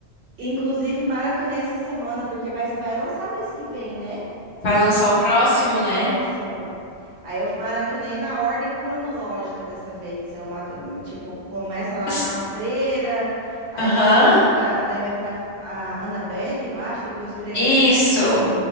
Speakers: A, on the right; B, on the left.
A: Inclusive, maratonei essa semana, porque vai, vai lançar mês que vem, né?
B: Vai lançar o próximo,
A: O próximo.
B: né?
A: Aí eu maratonei na ordem cronológica dessa vez. Eu, mata- tipo, começa lá
B: S-
A: com a Freira, aí
B: Aham,
A: vai pra Freira, daí vai pra a Annabelle, eu acho, depois Freira
B: isso.
A: Dor.